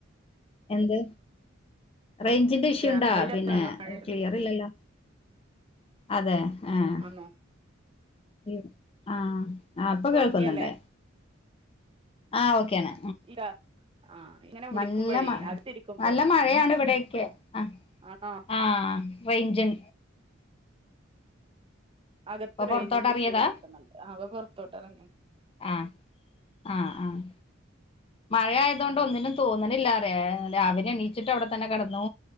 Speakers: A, on the left; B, on the right.
A: എന്ത് റൈഞ്ചിന്റെ ഇഷ്യൂണ്ടാ
B: രാവിലെ
A: പിന്നെ
B: നല്ല മഴയായിരുന്നു
A: ക്ലിയർ ഇല്ലല്ലോ അതെ ആഹ്
B: ആന്നോ
A: ഇവ്ട്ന്ന് ആഹ് ആഹ് പ്പകേൾക്കുന്നുണ്ടേ
B: ഇപ്പൊ ഓക്കെയല്ലേ
A: ആഹ് ഓക്കെയാണ്
B: ഇല്ല ആഹ് ഇങ്ങനെ വിളിക്കുമ്പോഴേ
A: നല്ല മഴ
B: അകത്തിരിക്കുമ്പോ
A: നല്ല മഴയാണ് ഇവിടെക്കെ ആഹ്
B: ആണോ
A: ആഹ് റൈഞ്ചൺ
B: അകത്ത്
A: ഇപ്പൊ
B: റൈജിന്റെ
A: പൊറത്തോട്ട് എറങ്ങിയതാ
B: ഇഷ്യൂ കാണിക്ന്ന്ണ്ട് ആഹ് വൻ പൊറത്തോട്ടറിങ്ങ്യാൺ
A: ആഹ് ആഹ് ആഹ് മഴാ ആയതോണ്ട് ഒന്നിനും തോന്ന്ണില്ലാറ്യ ഏഹ് രാവിലെ എണീച്ചിട്ട് അവ്ടതന്നെ കെടന്നൂ